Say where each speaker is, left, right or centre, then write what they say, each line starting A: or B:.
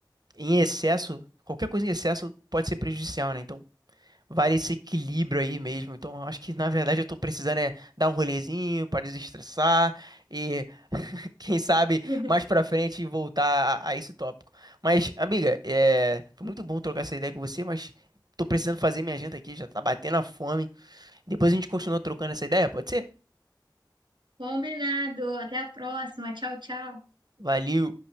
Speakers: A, on the right; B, on the right.
A: em excesso, qualquer coisa em excesso pode ser prejudicial, né? Então, vale esse equilíbrio aí mesmo. Então, eu acho que na verdade eu tô precisando é dar um rolezinho para desestressar e <laughs> quem sabe
B: <laughs>
A: mais pra frente voltar a, a esse tópico. Mas, amiga, é, foi muito bom trocar essa ideia com você, mas tô precisando fazer minha janta aqui, já tá batendo a fome. Depois a gente continua trocando essa ideia, pode ser?
B: Combinado. Até a próxima. Tchau, tchau.
A: Valeu.